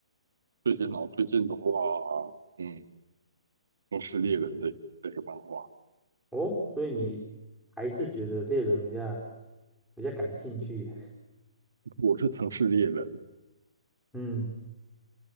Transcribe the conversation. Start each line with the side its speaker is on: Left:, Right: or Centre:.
Right: 最近哦，最近的话，嗯，《城市猎人》这这个漫画，
Centre: 哦，所以你还是觉得猎人比较比较感兴趣。
Right: 我是《城市猎人》，
Centre: 嗯，